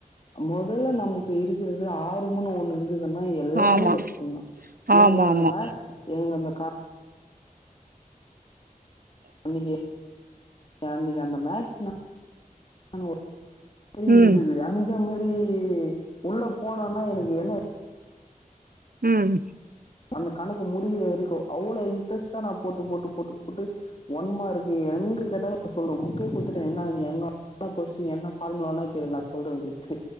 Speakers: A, on the left (about 40°); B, on the right (about 80°).
A: மொதல்ல நமக்கு இருக்குறது ஆருமன்னு ஒன்னு இந்ததுன்னா எல்லாமே
B: ஆமா
A: கத்துக்கலா
B: ஆமா
A: எனக்கு அந்த
B: ஆமா
A: மா எனக்கு அந்த கா அன்னைக்கி அன்னைக்கி அந்த மேக்ஸ்னா <unintelligible> <unintelligible>
B: ம்
A: அந்த மாதிரி உள்ள போனோனா எனக்கு என்ன
B: உம்
A: அந்த கணக்கு முடியுற வரைக்கு அவ்ளோ இன் இன்ட்ரஸ்டா நா போட்டு போட்டு போட்டு போட்டு ஒன் மார்க்கு எங்க கேட்டாலு நா சொல்லுவே புக்கே குடுத்துட்டே நி என்ன வேனுனாலு கொஸ்டின் என்ன ஃபார்முலானாலு கேளு நா சொல்றே அப்டின்ட்டு